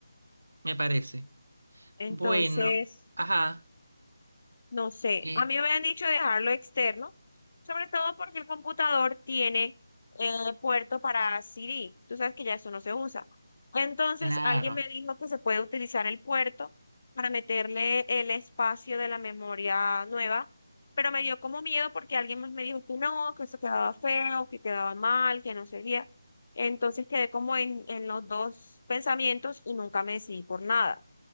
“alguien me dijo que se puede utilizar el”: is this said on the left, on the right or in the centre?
Left